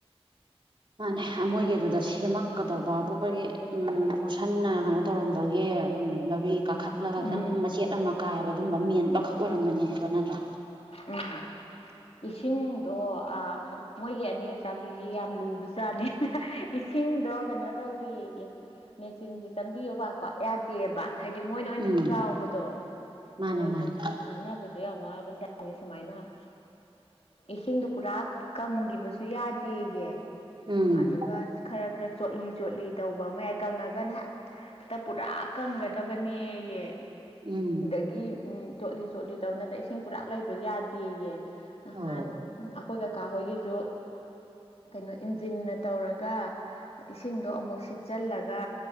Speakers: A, on the right (about 50°); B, on the left (about 70°).
A: ꯃꯥꯅꯦ ꯃꯣꯏꯒꯤꯗꯨꯗ ꯁꯦꯝꯃꯛꯀꯗꯧꯕꯕꯨ ꯑꯩꯈꯣꯏꯒꯤ ꯎꯝ ꯍꯣꯔꯁꯟꯅ ꯀꯩꯅꯣ ꯇꯧꯔꯝꯕꯒꯤ ꯎꯝ ꯅꯕꯤ ꯀꯥꯈꯠꯂꯒ
B: ꯎꯝ
A: ꯈꯤꯇꯪ ꯃꯆꯦꯠ ꯑꯃ ꯀꯥꯏꯕ ꯑꯗꯨꯒꯝꯕ ꯃꯦꯟꯕꯈꯛ ꯑꯣꯏꯔꯝꯃꯅꯦꯕ ꯅꯠꯇ꯭ꯔꯥ
B: ꯎꯝ ꯏꯁꯤꯡꯗꯣ ꯃꯣꯏꯒꯤ ꯑꯅꯤꯔ ꯆꯥꯕꯤ ꯌꯥꯝ ꯂꯨꯕꯖꯥꯠꯅꯤ ꯏꯁꯤꯡꯗꯣ ꯀꯩꯅꯣ ꯇꯧꯋꯒꯤ ꯃꯦꯆꯤꯟꯁꯦ ꯆꯪꯕꯤꯌꯣ ꯄꯥꯛ ꯄꯥꯛ ꯌꯥꯗꯦꯕ ꯍꯥꯏꯗꯤ ꯃꯣꯏꯅ ꯑꯣꯏꯅ
A: ꯎꯝ
B: ꯆꯥꯎꯕꯗꯣ
A: ꯃꯥꯅꯦ
B: ꯑꯗꯨꯗꯒꯤ
A: ꯃꯥꯅꯦ
B: ꯉꯥꯡꯅꯕꯁꯨ ꯌꯥꯝ ꯋꯥꯕꯖꯥ ꯁꯨꯃꯥꯏꯅ ꯏꯁꯤꯡꯗꯣ ꯄꯨꯔꯥ ꯀꯪꯈꯤꯕꯁꯨ ꯌꯥꯗꯦꯌꯦ
A: ꯎꯝ
B: ꯑꯗꯨꯒ ꯈꯔ ꯈꯔ ꯆꯣꯠꯂꯤ ꯆꯣꯠꯂꯤ ꯇꯧꯕ ꯃꯌꯥꯏ ꯀꯪꯉꯒ ꯅꯍꯥꯛ ꯇ ꯄꯨꯔꯥ ꯀꯪꯒꯗꯕꯅꯦꯌꯦ
A: ꯎꯝ
B: ꯑꯗꯒꯤ ꯎꯝ ꯆꯣꯠꯂꯤ ꯆꯣꯠꯂꯤ ꯇꯧ ꯅꯠꯇ ꯏꯁꯤꯡ ꯄꯨꯔꯥ ꯂꯩꯕ ꯌꯥꯗꯦꯌꯦ ꯅꯍꯥꯟ
A: ꯑꯣ
B: ꯑꯩꯈꯣꯏ ꯀꯀꯥ ꯍꯣꯏꯒꯤꯁꯨ ꯀꯩꯅꯣ ꯏꯟꯖꯤꯟꯅ ꯇꯧꯔꯒ ꯏꯁꯤꯡꯗꯣ ꯑꯃꯨꯛ ꯁꯤꯠꯆꯜꯂꯒ